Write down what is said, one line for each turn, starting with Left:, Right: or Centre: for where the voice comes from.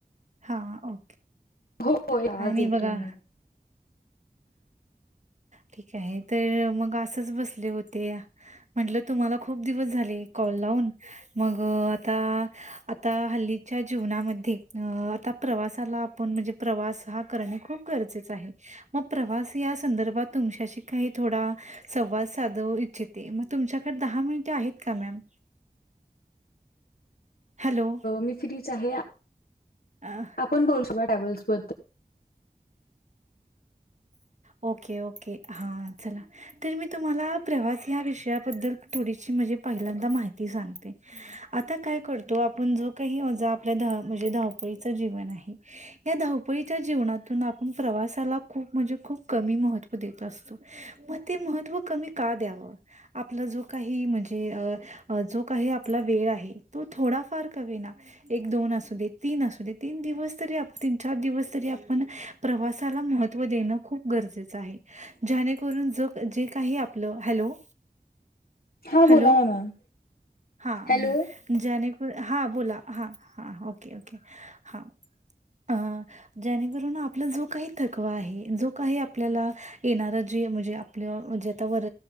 Right: हा, ओके.
Left: हो हो
Right: काय
Left: आवाज
Right: नाही
Left: येतोय
Right: बघा.
Left: मला
Right: ठीक आहे. ते मग असंच बसले होते. म्हणलं, तुम्हाला खूप दिवस झाले, कॉल लावून. मग आता, आता हल्लीच्या जीवनामध्ये अ, आता प्रवासाला आपण म्हणजे प्रवास हा करणे खूप गरजेचं आहे. मग प्रवास या संदर्भात, तुमच्याशी काही थोडा संवाद साधू इच्छिते मग तुमच्याकडं दहा मिनिटं आहेत का मॅम? हॅलो!
Left: मी फ्रीच आहे
Right: अ.
Left: आपण बोल <unintelligible> बद्दल
Right: ओके ओके, हा, चला. तर मी तुम्हाला, प्रवास या विषयाबद्दल थोडीशी म्हणजे पहिल्यांदा माहिती सांगते. आता काय करतो आपण, जो काही रोजचं आपल्या म्हणजे धावपळीचं जीवन आहे, या धावपळीच्या जीवनातून आपण प्रवास त्याला खूप म्हणजे खूप कमी महत्त्व देत असतो. मग ते महत्त्व कमी का द्यावं? आपला जो काही म्हणजे अ अ जो काही आपला वेळ आहे, तो थोडाफार का होईना एक दोन असू दे, तीन असू दे, तीन दिवस तरी तीन चार दिवस तरी आपण प्रवास महत्व देणं खूप गरजेचं आहे. ज्याने करून जग जे काही आपलं, हॅलो!
Left: हा
Right: हॅलो,
Left: बोला ना मॅम
Right: हा
Left: हॅलो
Right: जाने कु हा बोला. हां हां, ओके, ओके हा. अं, जेणेकरून आपला जो काही थकवा आहे, जो काही आपल्याला येणारा, जे म्हणजे, आपलं म्हणजे, आता वर